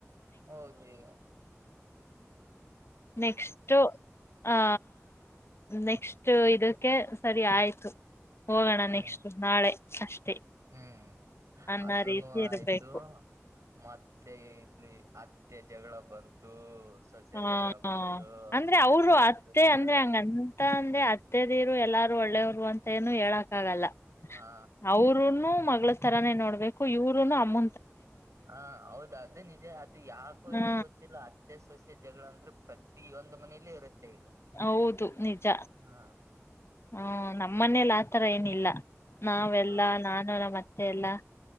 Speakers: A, on the right; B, on the left.
A: ಹೋಗಬೇಕಿ
B: ನೆಕ್ಸ್ಟ್ ಆ ನೆಕ್ಸ್ಟ್ ಇದಕ್ಕೆ ಸರಿ ಆಯ್ತು ಹೋಗೋಣ
A: ಹ್ಮ್
B: ನೆಕ್ಸ್ಟ್ ನಾಳೆ ಅಷ್ಟೆ
A: ಹ್ಮ್
B: ಅನ್ನ
A: ಅದನು
B: ರೀತಿ
A: ಆಯ್ತು
B: ಇರ್ಬೇಕು
A: ಮತ್ತೆ ಇಲ್ಲಿ ಹತ್ತೆ ಜಗಳ ಬಂತು ಸೊಸೆ
B: ಹಾ
A: ಜಗಳ ಬಂತು
B: ಅಂದ್ರೆ ಅವರು
A: ಅದಕ್ಕೆ
B: ಅತ್ತೆ ಅಂದ್ರೆ ಹಂಗಂತ ಅಂದೆ ಹತ್ತೆದೀರು ಎಲ್ಲಾರೂ ಒಳ್ಳೆಯವ್ರು ಅಂತ ಏನು ಹೇಳಕ್ಕ ಆಗಲ್ಲ
A: ಹಾ
B: ಅವರುನು ಮ ತರಾನೇ ನೋಡ್ಬೇಕು ಇವರುನು ಅಮ್ಮ
A: ಹ ಹೌದ ಅದು ನಿಜ ಅದು ಯಾಕು
B: ಹಾ
A: ಏನು ಗೊತ್ತಿಲ್ಲ ಅತ್ತೆ ಜಗಳ ಅಂದ್ರೆ ಪ್ರತಿಯ ಒಂದು ಮನೇಲಿ ಇರುತ್ತೆ ಈಗ
B: ಹೌದು ನಿಜ
A: ಹಾ
B: ಹ್ಮ ನಮ್ಮನೇಲಿ ಆತರ ನೇ ಇಲ್ಲ ನಾವೆಲ್ಲಾ
A: ಹಾ
B: ನಾನು ನಮ್ಮ ಅತ್ತೆ ಎಲ್ಲ